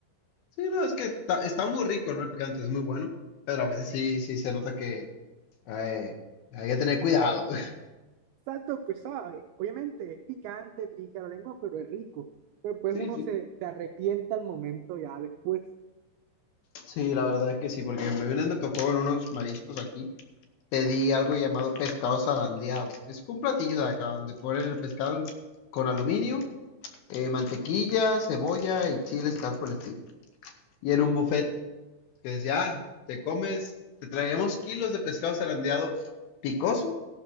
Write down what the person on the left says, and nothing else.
Sí, no, es que ta- está muy rico, ¿no? El picante es muy bueno. Pero a veces sí, sí se nota que eh, hay que tener cuidado. <laughs>
Sí,
sí.
Sí, la verdad es que sí, porque me vienes me tocó en unos mariscos aquí. Pedí algo llamado pescado zarandeado. Es un platillo de acá donde ponen el pescado en- con aluminio eh, mantequilla, cebolla y chiles y tal por el estilo. Y era un buffet que decía, ah, te comes, te traemos kilos de pescado zarandeado picoso.